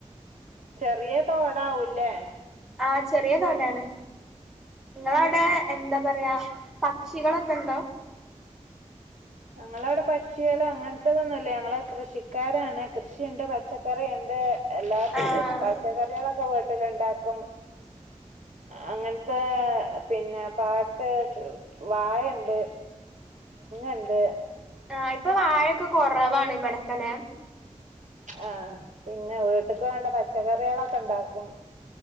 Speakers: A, on the right; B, in the centre.
A: ചെറിയ തോടാവൂല്ലേ
B: ആഹ ചെറിയ തോണ്ടാണ് നിങ്ങളവിടെ
A: ഉം
B: എന്താ പറയാ പക്ഷികളൊക്കെ ഉണ്ടോ
A: ഞങ്ങളവിടെ പക്ഷികൾ അങ്ങനത്തതൊന്നുംല്ല ഞങ്ങള് കൃഷിക്കാരാണ് കൃഷിയുണ്ട് പച്ചക്കറിയുണ്ട് എല്ലാ
B: ആഹ്
A: പച്ചക്കറികളൊക്കെ വീട്ടിലുണ്ടാക്കും അങ്ങനത്തെ പിന്നെ പാടത്തെ വായണ്ട് അണ്ട്
B: ആ് ഇപ്പൊ വാഴൊക്കെ കുറവാണ് ഇവിടക്കലെ
A: ആഹ പിന്നെ വീട്ട്ക്ക് വേണ്ട പച്ചക്കറികളൊക്കെ ഉണ്ടാക്കും.